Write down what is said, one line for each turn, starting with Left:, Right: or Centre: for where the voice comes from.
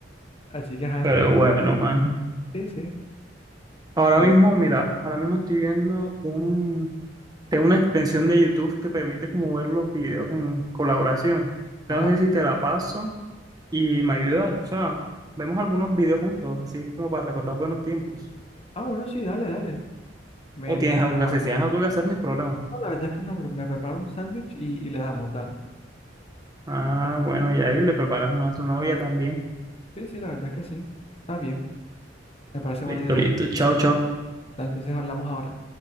Left: Así que, ajá,
Right: Pero bueno, man.
Left: sí, sí,
Right: Ahora
Left: fue,
Right: mismo, mira, ahora mismo estoy viendo un, tengo una extensión de YouTube que permite como ver los videos en colaboración. No
Left: ajá.
Right: sé si te la paso y me ayudas, o sea, vemos algunos videos juntos, así como para recordar buenos tiempos.
Left: Ah, bueno, sí, dale, dale. Me,
Right: O tienes
Left: me preparo.
Right: algo que hacer, si tienes algo que hacer, ni problema.
Left: No, la verdad es que no, me preparo un sándwich y, y le damos, dale.
Right: Ah, bueno, y ahí le preparas una a tu novia también.
Left: Sí, sí, la verdad es que sí. Está bien, me parece buena
Right: Listo,
Left: idea.
Right: listo, chao, chao.
Left: Dale, entonces hablamos ahora.